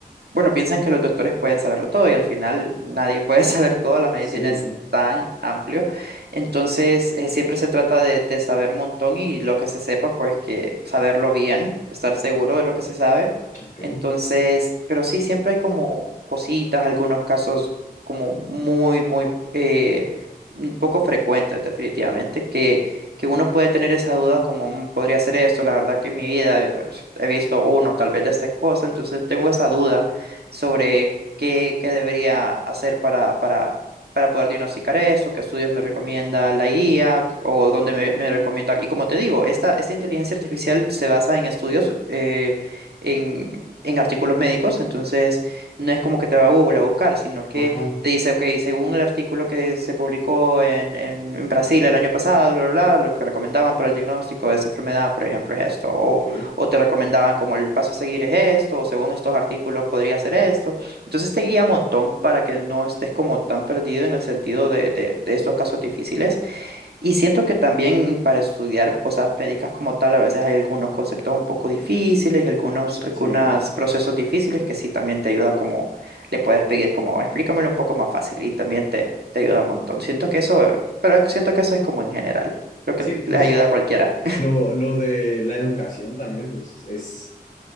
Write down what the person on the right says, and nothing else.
Bueno, piensan que los doctores pueden saberlo todo y al final nadie puede <laughs> saber todo, la medicina
es
tan amplio, entonces eh, siempre se trata de, de saber un montón y lo que se sepa, pues que saberlo bien, estar seguro de lo que se sabe.
Entonces, pero sí, siempre hay como cositas, algunos casos como muy, muy eh, un poco frecuentes definitivamente, que, que uno puede tener esa duda como "Mm, podría ser esto, la verdad que en mi vida eh, he visto uno, tal vez de esta cosa, entonces tengo esa duda sobre qué, qué debería hacer para, para, para poder diagnosticar eso, qué estudios me recomienda la IA o
dónde me, me recomienda. Y como te digo, esta, esta inteligencia artificial se basa en estudios, eh, en, en artículos médicos, entonces no es como que te va a Google a buscar, sino que
te dice, ok, según el artículo que se publicó en, en, en Brasil el año pasado, bla, bla, bla, lo que recomendaban para el diagnóstico de esa enfermedad, por ejemplo, es esto. o
o te recomendaban como el paso a seguir es esto, o según estos artículos podría hacer esto. Entonces te guía un montón para que no estés como tan perdido en el sentido de, de, de estos casos difíciles. Y siento que también para estudiar cosas médicas como tal, a veces hay algunos conceptos un poco difíciles y algunos, algunos
procesos difíciles que sí también te ayuda como, le puedes pedir como, explícamelo un poco más fácil y también te, te ayuda un montón. Siento que eso, pero siento que eso es como en general, lo
que
les ayuda a cualquiera.